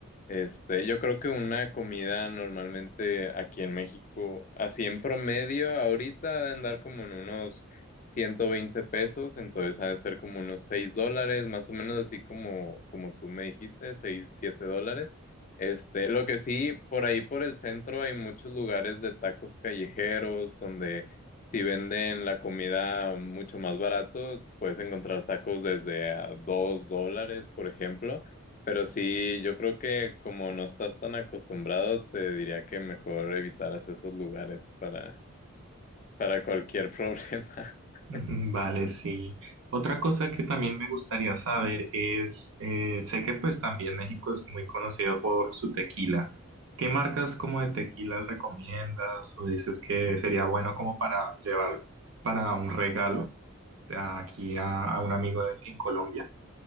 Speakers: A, on the left; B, on the right.
A: Este, yo creo que una comida normalmente aquí en México, así en promedio, ahorita ha de andar como en unos 120 pesos, entonces ha de ser como unos 6 dólares, más o menos así como, como tú me dijiste, 6 7 dólares. Este, lo que sí, por ahí por el centro hay muchos lugares de tacos callejeros donde si venden la comida mucho más barato, puedes encontrar tacos desde a 2 dólares, por ejemplo. Pero sí, yo creo que como no estás tan acostumbrado, te diría que mejor evitaras esos lugares para, para cualquier problema. <laughs>
B: Ujú, vale, sí. Otra cosa que también me gustaría saber es, eh, sé que pues también México es muy conocido por su tequila. ¿Qué marcas como de tequilas recomiendas o dices que sería bueno como para llevar para un regalo? aquí a, a un amigo en, en Colombia.